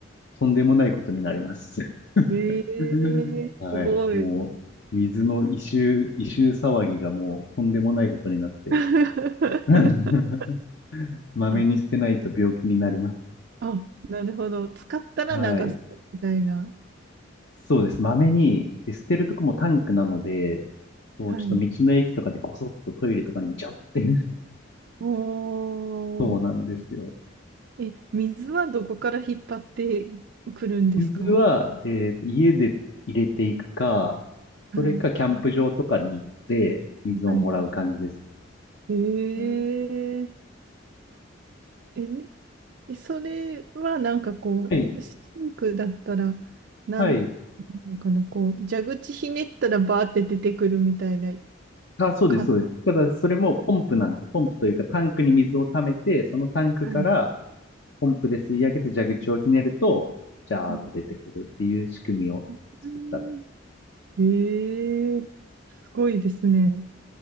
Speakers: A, on the left (about 60°); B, on the right (about 60°).
A: う、とんでもないことになります。
B: え
A: <laughs>
B: えすごい。
A: はい。もう、水の異臭、異臭騒ぎがもう、とんでもないことになって。
B: <laughs>
A: <laughs> まめに捨てないと病気になります。
B: あ、あ、なるほど。使ったら流すみたいな。
A: はい。そうです。まめに、で捨てるとこもタンクなので、こう、
B: はい。
A: ちょっと道の駅とかでこそっとトイレとかにちゃって
B: おー
A: そうなんですよ。
B: え、水はどこから引っ張ってくるんですかは
A: 水は、えー家で入れていくか、それかキャンプ場とかに行って水をもらう感じです。
B: い。はいはい。えー、
A: うん
B: え、ねえそれはなんかこう、
A: はい。
B: シンクだったら、なんていうのかな、
A: はい。
B: こう、蛇口ひねったらバーって出てくるみたいな
A: あ、そうです、
B: 感じ。
A: そうです。ただ、それもポンプなんですよ。ポンプというか、タンクに水を溜めて、そのタンクから
B: はい。
A: ポンプで吸い上げて蛇口をひねると、ジャーっと出てくるっていう仕組みを作ったと。
B: うんえー、すごいですね。